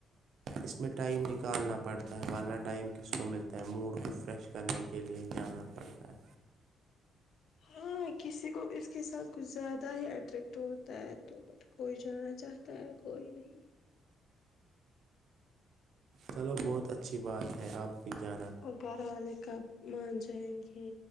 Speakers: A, on the right; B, on the left.
A: اس میں ٹائم نکالنا پڑتا ہے ورنہ ٹائم کس کو ملتا ہے موڈ کو فریش کرنے کے لیے جانا پڑتا ہے
B: ہاں کسی کو اس کے ساتھ کچھ زیادہ ہی اٹریکٹ ہوتا ہے تو بتا کوئی جانا چاہتا ہے کوئی نہیں
A: چلو بہت اچھی بات ہے آپ بھی جانا
B: اور گھر والے کب مان جائیں گے